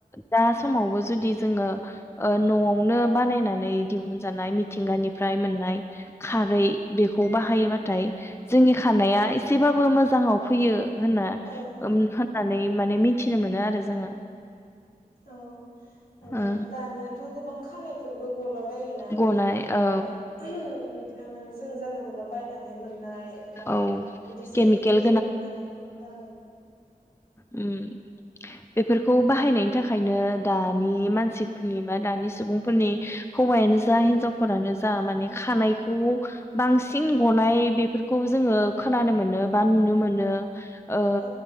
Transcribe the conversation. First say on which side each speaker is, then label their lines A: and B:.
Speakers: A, on the left (about 15°); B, on the left (about 75°).
A: दा समावबो जुदि जोङो ओ न'आव। नआवनो बानायनानै दिहुनजानाय थिंगानिफ्राय मोननाय खारै बेखौ बाहायोबाथाय जोंनि खानाया एसेबाबो मोजाङाव फैयो। होनना
B: औ
A: ओम होननानै। माने मिथिनो मोनो आ जोङो।
B: औ माने
A: ओ
B: दानिया थ गोबां खानायफोरबो गलाबायोना
A: गनाय
B: बे
A: औ
B: ओ ओम बि जों जानला मोनला बायनानै मोननाय। <inaudible> बा
A: औ
B: बिदि सेम्पुफोरखौ
A: केमिकेल
B: लोबनानै ओं।
A: ओम बेफोरखौ बाहायनायनि थाखायनो दानि मानसिफोरनि बा दानि सुबुंफोरनि हौवायानो जा हिनजावफोरानो जा माने खानायखौ बांसिन गनाय बेफोर खौ जोङो खोनानो मोनो बा नुनो मोनो। ओ
B: औ